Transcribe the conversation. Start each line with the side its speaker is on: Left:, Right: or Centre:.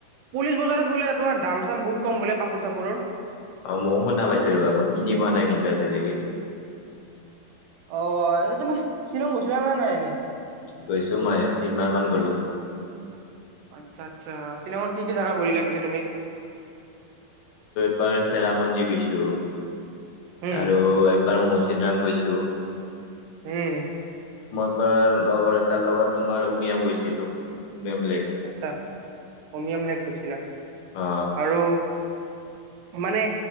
Right: পুলিচ বজাৰত বোলে তোমাৰ দাম চাম বহুত কম বোলে কাপোৰ চাপোৰৰ
Left: অ ময়ো শুনা পাইছো ৰবা মই কিনি পোৱা নাই কিন্তু আজিলৈকে
Right: অ তুমি শ্বিলং গৈছিলা নে নাই এনেই
Left: গৈছো মই তিনবাৰমান গ'লো
Right: আচ্ছা আচ্ছা শ্বিলঙত কি কি জাগা ফুৰিলা পিছে তুমি
Left: মই চেৰাপুঞ্জী গৈছো।
Right: উম,
Left: আৰু একবাৰ মৌচিন ৰাম গৈছো।
Right: হুম।
Left: তাৰ লগৰ এটাৰ লগত তোমাৰ উমিয়াম গৈছিলো। উমিয়াম লেক
Right: আচ্ছা। উমিয়াম লেক গৈছিলা?
Left: অ
Right: আৰু মানে